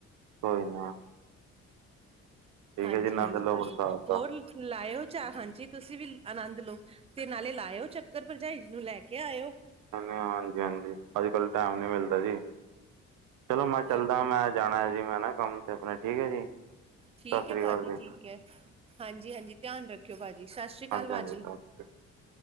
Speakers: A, on the right; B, on the right.
A: ਕੋਈ ਨਾ। ਠੀਕ
B: ਹਾਂਜੀ
A: ਹੈ ਜੀ ਆਨੰਦ
B: ਹਾਂਜੀ
A: ਲਓ
B: ਭਾਜੀ,
A: ਬਰਸਾਤ ਦਾ
B: ਹੋਰ ਲਾਾਇਓ ਚਾ ਹਾਂਜੀ ਤੁਸੀਂ ਵੀ ਆਨੰਦ ਲਓ। ਤੇ ਨਾਲੇ ਲਾਇਓ ਚੱਕਰ ਭਰਜਾਈ ਜੀ ਨੂੰ ਲੈ ਕੇ ਆਇਓ।
A: ਹਾਂਜੀ ਹਾਂਜੀ ਅੱਜ-ਕੱਲ ਟੈਮ ਨੀ ਮਿਲਦਾ ਜੀ, ਚਲੋ ਮੈਂ
B: ਕੋਈ
A: ਚੱਲਦਾ
B: ਨੀ
A: ਮੈਂ ਜਾਣਾ ਹੈ ਜੀ ਮੈਂ ਨਾ ਕੰਮ ਤੇ ਆਪਣੇ ਠੀਕ ਐ ਜੀ, ਸਤਿ
B: ਠੀਕ
A: ਸ੍ਰੀ
B: ਹੈ ਭਾਜੀ
A: ਅਕਾਲ ਜੀ।
B: ਠੀਕ ਐ, ਹਾਂਜੀ ਹਾਂਜੀ ਧਿਆਨ ਰੱਖਿਓ ਭਾਜੀ ਸਤਿ ਸ੍ਰੀ
A: ਹਾਂਜੀ
B: ਅਕਾਲ ਭਾਜੀ।
A: ਹਾਂਜੀ ਸਤਿ ਸ੍ਰੀ ਅਕਾਲ